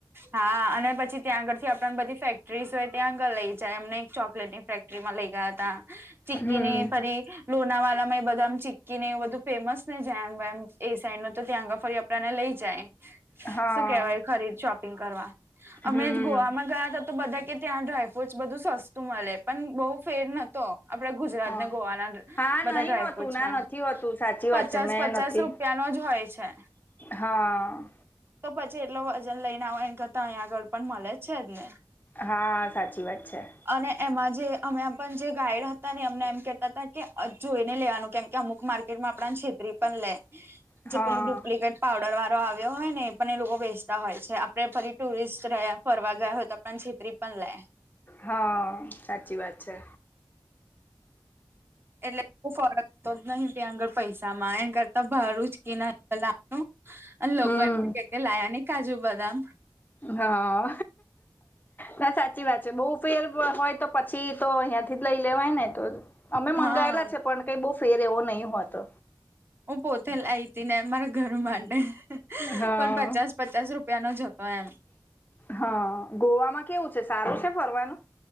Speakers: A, on the right (about 30°); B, on the left (about 20°).
A: હા અને પછી ત્યાં આગળ થી આપડ બધી ફેક્ટરીસ હોય ત્યાં આગળ લઈ જાય અમને એક ચોકલેટ ની ફેક્ટ- - માં લઈ ગયા ત ચિકકી
B: હમ
A: ની પરી- - લોનાવાલામાં એ બદામ ચિક્કી ને એવું બધું ફેમસ ને જેમ એમ એ સાઈડ ન તો ત્યાં આગળ ફરી આપણાને લઈ જાય.
B: હા
A: શું કેવાય ખરીદ શોપિંગ કરવા? અમે
B: હમ
A: ગોવામાં ગયા હતા તો બધા કે ત્યાં ડ્રાયફ્રૂટ બધું સસ્તું મળે, પણ બહુ ફેર નતો. આપડા ગુજરાતને
B: હા
A: ગોવાના
B: હા
A: બધા
B: નહી
A: ડ્રાયફ્રૂટસમાં
B: હોતું ના નથી હોતું સાચી
A: પચાસ
B: વાત છે મેં
A: પચાસ
B: નથી
A: રૂપિયા <inaudible> જ હોય છે.
B: હા.
A: તો પછી એટલો વજન લઈને આવ એ કરતા અહીંયા આગળ પણ મળે છે જ ને?
B: હા સાચી વાત છે.
A: અને એમાં જે અમે પણ જે ગાઈડ હતા ને અમને એમ કેહેતા હતા કે જોઈને લેવાનું કેમ કે અમુક માર્ક- - માં આપણાને છેતરી પણ લે
B: હા
A: જે પેલું ડુપ્લિકેટ પાવડર વાળો આવ્યો હોય ને એ પણ એ લોકો બેચતા હોય છે. આપણે ફરી ટુરિસ્ટ રહ્યા ફરવા ગયા હોય તો પણ છેતરી- - પણ લે.
B: હા સાચી વાત છે.
A: એટલે ફરક તો જ નહી ત્યાં આગળ પૈસા માં એ કરતા ભારું જ કે ન- - અને લોકો
B: હમ
A: એને કે કે લાયા નહી કાજુ, બદામ.
B: હા ના સાચી વાત છે બહ ફેર હોય તો પછી તો અહિયાં થી જ લઈ લેવાય ને તો અમે મંગાયેલા
A: હા
B: છે પણ કઈ બહ ફેર એવો નહીં હો તો.
A: હું પોતે લ આવી ત ને મારા ઘર માટે
B: હા
A: પણ પચાસ- - પચાસ રૂપિયાનો જ હતો એમ.
B: હા ગોવામાં કેવું છે સારું છે ફરવાનું?